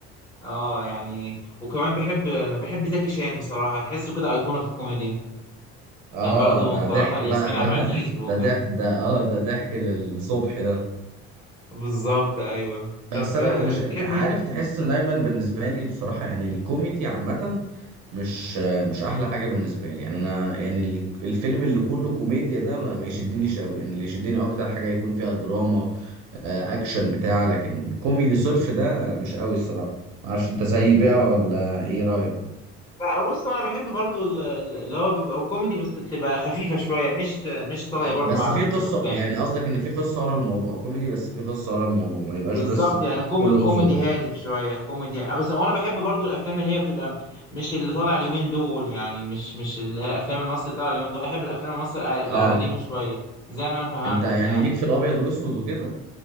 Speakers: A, on the left (about 20°); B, on the right (about 70°).
A: اه يعني وكمان بحب بحب زكي شان بصراحه تحسه كده ايقونه في الكوميديا
B: اه
A: كان برضو
B: ده
A: انطلاقه
B: ضحك
A: لياسمين
B: بقى
A: عبد
B: ده
A: العزيز وكان
B: ده ضحك ده اه ده ضحك للصبح ده
A: بالظبط ايوه طب
B: بس انا
A: آه،
B: مش
A: بتحب
B: انت عارف تحس دايما بالنسبه لي بصراحه يعني الكوميدي عامه مش مش احلى حاجه بالنسبه لي يعني انا يعني ال- الفيلم اللي كله كوميديا ده ما, ما يشدنيش قوي يعني اللي يشدني اكتر حاجه يكون فيها دراما آه اكشن بتاع لكن كوميدي صرف ده مش قوي الصراحه معرفش انت زيي بقى ولا ايه رايك
A: لا بص انا بحب برضو ال- ال- اللي هو بيبقى كوميدي بس تبقى خفيفه شويه مش مش طاغيه
B: ب-
A: برضو
B: بس
A: على
B: في
A: الافلام
B: قصة يعني قصدك ان في قصة ورا الموضوع كوميدي بس في قصة ورا الموضوع ما يبقاش
A: بالظبط
B: بس
A: يعني كومي...
B: كله
A: كوميدي
B: هزار
A: هادف شويه كوميدي آه، بس وانا بحب برضو الافلام اللي هي بتبقى مش اللي طالع اليومين دول يعني مش مش اللي هي افلام المصري طالع اليومين دول احب الافلام المصري اللي
B: اه
A: على ديمه شويه زي ما انا فهمتك
B: انت يعني
A: يعني
B: ليك في الابيض واسود وكده